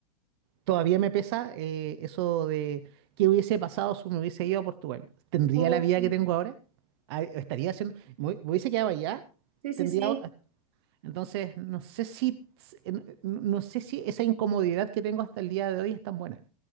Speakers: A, on the right; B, on the right.
A: todavía me pesa eh, eso de qué hubiese pasado si me hubiese ido a Portugal. ¿Tendría
B: ok.
A: la vida que tengo ahora? Ah, ¿Estaría haciendo, me hu- me hubiese quedado allá?
B: Sí, sí,
A: tendría,
B: sí.
A: entonces, no sé si, no no sé si esa incomodidad que tengo hasta el día de hoy es tan buena.